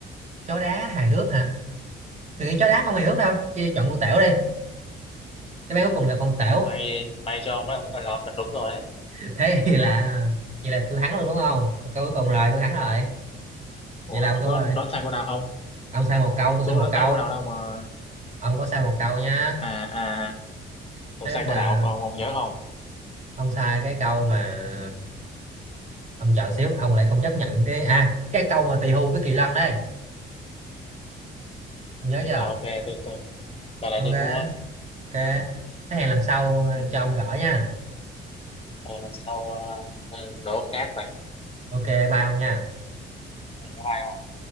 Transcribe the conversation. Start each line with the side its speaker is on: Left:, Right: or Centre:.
Right: chó đá hài hước hả từ chó đá không hài hước đâu chứ chọn con tẻo đi đáp án cuối cùng là con tẻo
Left: may may cho mấy ông là chọn đúng rồi đấy
Right: <laughs> thế thì là vậy là tôi thắng luôn đúng không câu cuối cùng rồi tôi thắng rồi
Left: ủa
Right: vậy là ông
Left: tôi
Right: thua
Left: có
Right: rồi
Left: đoán sai cô nào không
Right: ông sai một câu tôi
Left: tôi
Right: sai một
Left: đoán
Right: câu
Left: sai cô nào đâu mà
Right: ông có sai một câu nha
Left: à à Ủa
Right: thế
Left: sai
Right: bây giờ
Left: câu nào ông, ông, ông nhớ không?
Right: ông sai cái câu mà ông chọn xíu ông lại không chấp nhận cái à cái câu mà tỳ hưu với kỳ lân đây ông nhớ
Left: Đúng
Right: chưa
Left: rồi, ok, tôi, tôi, giờ này
Right: ok
Left: tôi thua.
Right: ok thế hẹn lần sau ờ,
Left: Ừ.
Right: cho ông gỡ nha
Left: Rồi lần sau uh, đố khác vậy.
Right: ok bao nha
Left: Ừ, Bye bye ông.